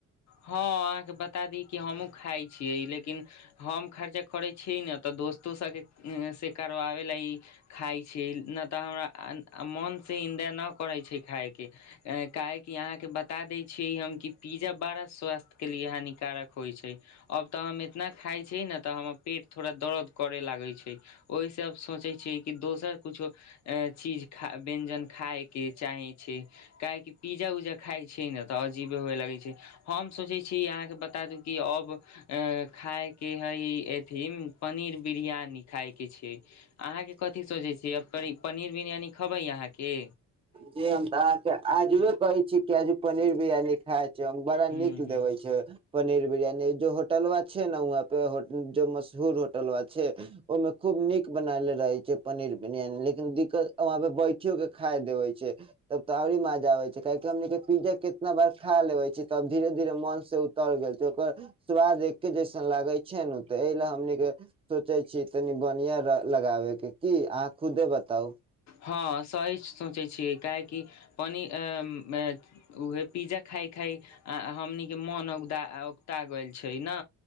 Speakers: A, on the left; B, on the right.
A: हँ अहाँके बता दी कि हमहूँ खाय छियै लेकिन हम खर्चा करय छियै न त दोस्तो से करबाबय खाय छै न तऽ हमरा मन से इन दिना नहि करै छै खाायके काहे कि अहाँ के बता दै छी हम कि पिज्जा बारा स्वास्थ्य के लिए हानिकारक होइ छै अब तऽ हम इतना खाइ छी ने तऽ हमर पेट थोड़ा दरद करै लागै छै ओहिसँ सोचै छियै कि दोसर कुछो चीज व्यंजन खायके चाहै छै काहेकि पिज्जा उज्जा खाइ छियै ने तऽ अजीबे हुए लगै छै हम सोचै छी अहाँके बता दू कि अब खायके हइ अथी पनीर पनीर बिरियानी खायके छै अहाँके कथी सोचै छ पनीर बिरयानी खबै अहाँ की
B: जी हम तऽ अहाँके आजुए कहै छी कि आजू पनीर बिरियानी खाएब बड़ा
A: हूँ
B: नीक
A: हूँ
B: देबे छै पनीर बिरयनी जो होटल वा छै ने वहाँ प जो मशहूर होटल वा छै ओहिमे खूब नीक बनाले रहे छै पनीर बिरियानी लेकिन दिक्कत वह पे बैठियो के खा छै तब तऽ ओरी मजा आब छै काहि हमे पिज्जा केितना बार खा ले छी तब धीरे धीरे मन से उतर गेल छै ओकर स्वाद एके जैसन लागे छै नेे एहि ले हमन के सोचे छी छी तनि बढ़िया लगाबे के की अहाँ खुदे बताउ
A: हँ सही सोचै छीियै काहेकि पनीर पिज्जा खा खाइ खाइ आ हमनीके मोन औगूता औगताा गेल छै ने